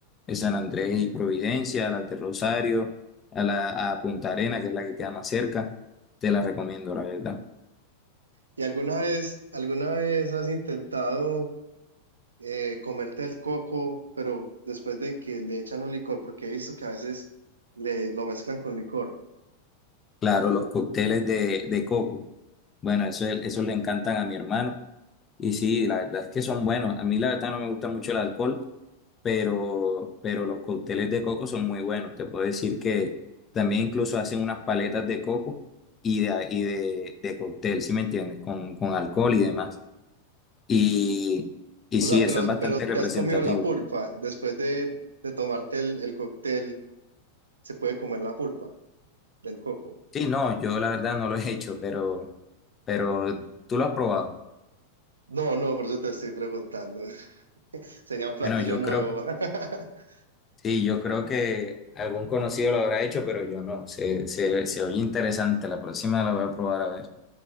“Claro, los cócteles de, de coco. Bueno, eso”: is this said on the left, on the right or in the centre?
Left